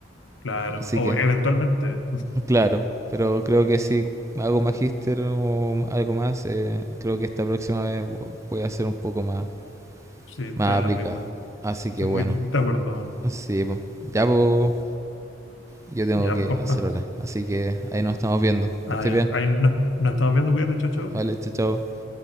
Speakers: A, on the left (about 85°); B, on the right (about 15°).
A: claro.
B: Así
A: O
B: que,
A: eventualmente,
B: claro, pero creo que si hago magíster o algo más, eh, creo que esta próxima vez vo- voy a ser un poco más,
A: sí, estoy
B: más
A: en
B: aplicado.
A: las mismas.
B: Así
A: Estoy
B: que bueno,
A: muy de acuerdo, man.
B: sí, po. ya po, yo tengo
A: Ya,
B: que
A: pues, compa.
B: hacer ahora. Así que ahí nos estamos viendo.
A: Ah,
B: Que estés
A: ya.
B: bien.
A: Ahí nos, nos estamos viendo, cuídate, chao, chao.
B: Vale, chao, chao.